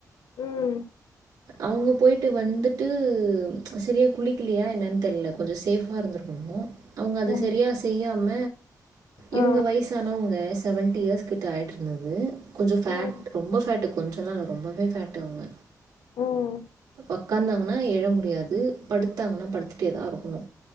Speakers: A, on the left; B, on the right.
A: ம்
B: அவங்க போயிட்டு வந்துட்டு செரியா குளிக்கலையா என்னன்னு தெரியல கொஞ்சோ சேஃபா இருந்திருகணு ணு அவங்க அத
A: ஆமா
B: செரியா செய்யாம இவங்க
A: ஆ
B: வயசானவங்க செவன்டி இயர்ஸ் கிட்ட ஆயிட்டு இருந்தது கொஞ்சோ ஃபேட்
A: ம்
B: ரொம்ப ஃபேட் கொஞ்சோல்லா இல்ல ரொம்வே ஃபேட்டு அவங்க
A: ம்
B: உக்காந்தாங்கன்னா எழ முடியாது படுத்தாங்கன்னா படுத்துட்டே தா இருக்கணு